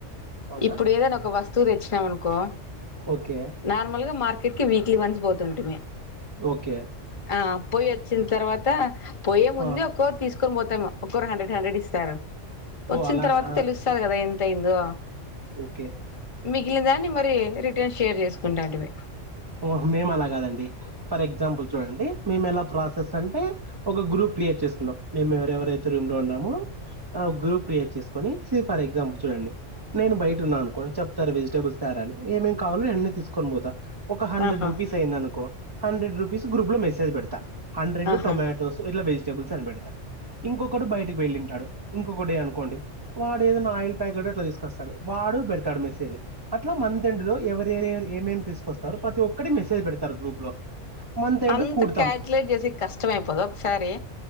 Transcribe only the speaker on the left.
ఇప్పుడు ఏదైనా ఒక వస్తువు తెచ్చినాం అనుకో
నార్మల్ గా మార్కెట్ కి వీక్లీ వన్స్ పోతుంటిమి
ఆ పొయి వచ్చిన తర్వాత పోయే ముందే
ఒక్కోరు తీసుకొని పోతాము కోర్ హండ్రెడ్ హండ్రెడ్ ఇస్తారు వచ్చిన
తర్వాత తెలుస్తాది కదా ఎంత అయ్యిందో
మిగిలిందా ని మరి రి టే షేర్ చేసుకుంటాంటిమి
ఆహా
ఆహా
అంత
కాల్కులేట్ చేసేకి కష్టమైపోదా ఒకసారి